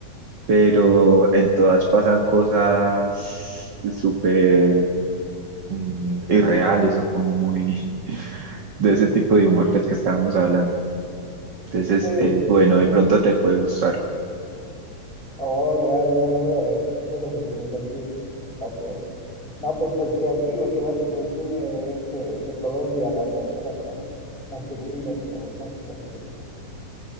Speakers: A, on the right; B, in the centre.
A: pero en todas pasan cosas súper mm, irreales o como muy de ese tipo de humor del que estábamos hablando. Entonces
B: Sí, exacto.
A: es, es bueno, de pronto te puede gustar.
B: Oh, ya, ya la voy a ver. Buena recomendación, el paseo. No, pues porque aquí lo que más se consume es eh, de Colombia las novelas, ¿no? Más que el cine, digamos, más que las películas.